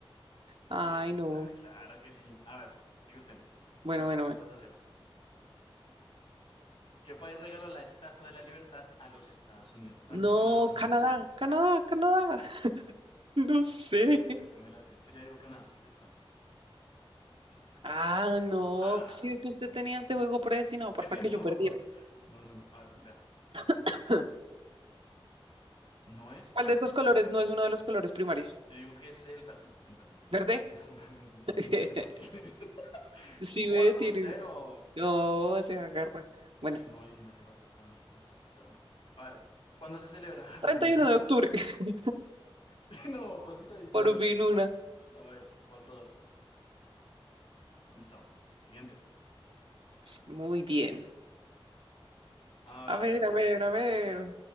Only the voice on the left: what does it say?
¿Sí es?
Ah, claro que sí. A ver, sigue usted. 2,
2 a cero. ¿Qué país regaló la Estatua de la Libertad a los Estados Unidos? Francia,
Canadá, Reino
Unido.
O sea, creo que me la sé. Usted ya dijo Canadá, creo que es Francia. Sí, es Francia.
Ah,
<laughs>
no.
No, no, no. A ver, lea.
No es.
Bueno,
yo digo que es el verde. El verde. <laughs>
No, me están tocando
unas re fáciles. <laughs>
4-0.
Uy, no, ahí sí me hace falta esa, esa aspiradora. A ver, ¿cuándo se celebra Halloween?
<laughs> No, vos sí la dice
mal.
A ver, cuatro dos Listo. Siguiente.
A ver,
a ver,
lea.